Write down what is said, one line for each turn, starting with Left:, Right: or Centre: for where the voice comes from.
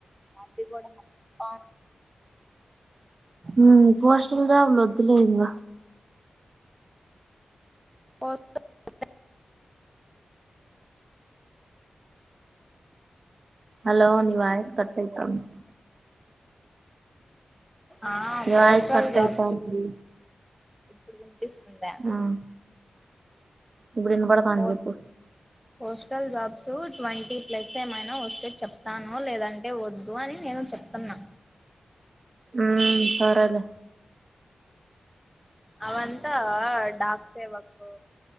Centre: అది కూడా ఆ
Right: ఉ పోస్టల్ జాబ్లు వద్దులే ఇంగ
Centre: <inaudible>
Right: హలో ని వాయస్ కట్ అయితంది
Centre: ఆ
Right: నీ
Centre: పోస్టల్
Right: వాయిస్ కట్
Centre: జాబ్
Right: అయితాంది
Centre: లు ఇప్పుడు వినిపిస్తుందా
Right: ఉమ్ ఇప్పుడు వినబడతాంది
Centre: పోస్
Right: చెప్పు
Centre: పోస్టల్ జాబ్స్ ట్వంటీ ప్లస్ ఏమైనా వస్తే చెప్తాను లేదంటే వద్దు అని నేను చెప్తున్నా
Right: ఉ సరేలే
Centre: అవంతా డాక్ సేవకు